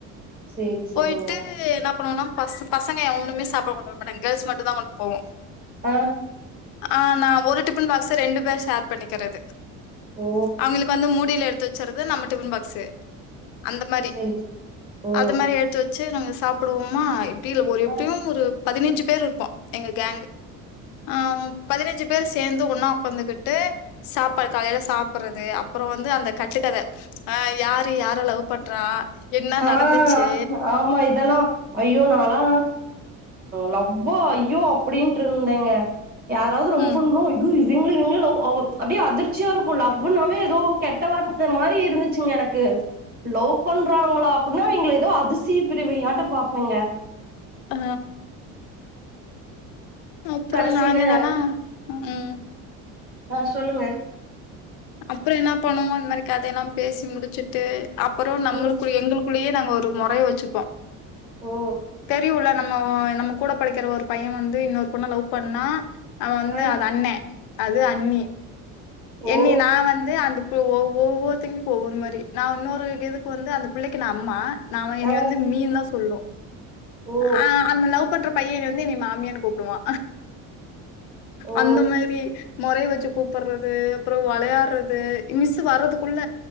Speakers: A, on the right; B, on the left.
A: சேரி சேரிங்க
B: போய்ட்டு என்ன பண்ணுவோனா பச பசங்க எவனுமே சாப்பாடு கொண்டு வர மாட்டாங்க கேர்ள்ஸ் மட்டு தா கொண்டு போவோ
A: ஆ
B: ஆ நான் ஒரு டிப்பன் பாக்ஸ ரெண்டு பேர் ஷேர் பண்ணிக்கிறது
A: ஓ
B: அவிங்களுக்கு வந்து மூடில எடுத்து வச்சறது நம்ம டிஃபன் பாக்ஸ்ஸு அந்த மாரி
A: சேரி ஓ
B: அது மாரி எடுத்து வச் ச்சு நாங்க சாப்டுவோமா எப்டி இல்ல ஒரு எப்டியு
A: ஆ
B: ஒரு பதினஞ்சு பேர் இர்ப்போ எங்க கேங்க் ஆ பதினஞ்சு பேர்ஸ் சேர்ந்து ஒன்னா உக்காந்துகிட்டு சாப்பாடு காலைல சாப்பட்றது அப்பற வந்து அந்த கட்டுக்கத ஆ யாரு யார லவ் பண்றா என்ன
A: ஆ
B: நடந்துச்சு?
A: ஆமா இதெல்லா ஐயோ நாலா லவ் வா ஐய்யோ அப்டின்ட்டு இருந்தேங்க யாராவது லவ்
B: ம்.
A: பண் போது ஐய்யு இவ்ங்ளு இவ்ங்ளு லவ் அப்டியே அதிர்ச்சியா இருக்கு லவ்வுனாவே எதோ கெட்டவார்த்த மாரி இருந்துச்சுங்க எனக்கு லவ் பண்றாங்ளா அப்டினா இவ்ங்க எதோ அதிசய பிறவியாட்ட பாப்போங்க
B: ஆ அப்ற
A: கடைசில
B: நாங்க என்னானா ம்
A: ஆ சொல்லுங்க
B: அப்புற என்ன பண்ணுவோ இந் மாரி கதையெல்லா பேசி முடிச்சுட்டு அப்புற நம்ளுக்குரு
A: ம்
B: எங்ளுக் குள்ளியே நாங்க ஒரு முறை வச்சுப்போ
A: ஓ
B: தெரியுல நம் ம ஓ நம்ம கூட படிக்கிற ஒரு பைய வந்து இன்னொரு பொண்ணா லவ் பண்ணா அதவ வந்து
A: ஆ
B: அது அண்ணே அது அண்ணி
A: ஓ
B: என்னிய நா வந்து அந்த ஒ ஒவ்ஒவ்வொருத்திக்கு ஒவ்வொரு மாரி நா இன்னொரு இதுக்கு வந்து அந்த பிள்ளைக்கு நா அம்மா நாம இனி
A: ஆ
B: வந்து மீந்தா சொல்லோ
A: ஓ
B: ஆ அந்த லவ் லவ் பண்ற பைய வந்து என்னைய மாமியான்னு கூப்டுவா
A: ஓ
B: அந்த மாரி மொறைய வச்சி குப்புறது அப்புற வெளையாட்றது மிஸ்சு வர்றதுக்குள்ள